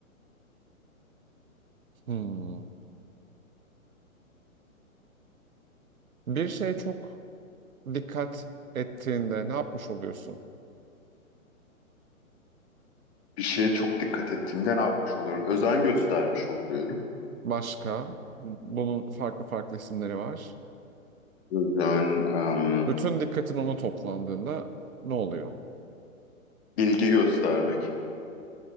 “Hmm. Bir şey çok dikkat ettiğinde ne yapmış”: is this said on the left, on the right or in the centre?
Right